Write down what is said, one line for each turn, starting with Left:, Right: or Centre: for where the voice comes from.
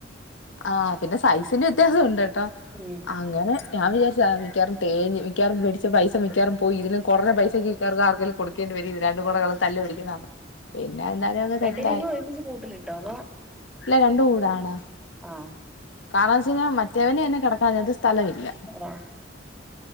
Left: ആ പിന്നെ സൈസിന്റെ വ്യത്യാസം ഉണ്ട് കേട്ടോ.
Centre: ഉം
Left: അങ്ങനെ ഞാൻ വിജാ സ്സ മിക്കവാറും തേഞ്ഞ് മിക്കവാറും മേടിച്ച പൈസ മിക്കവാറും പോയി. ഇതിലും കുറഞ്ഞ പൈസ ക്ക് മിക്കവാറും ആർക്കേലും കൊടുക്കേണ്ടി വരും ഇത് രണ്ടും കൂട കള തല്ല് പിടിക്ക്ന്ന കാരണം പിന്നെ എന്താലും ഒക്കെ
Centre: രണ്ടിനേം
Left: സെറ്റായി.
Centre: കൂടെ ഒരുമിച്ച് കൂട്ടിലിട്ടോ അതോ
Left: ഇല്ല രണ്ട് കൂടാടാ.
Centre: ആഹ്
Left: കാരണന്ന് വെച്ച് കഴിഞ്ഞാ മറ്റേവനന്നെ കിടക്കാനത് സ്ഥലമില്ല.
Centre: ആഹ്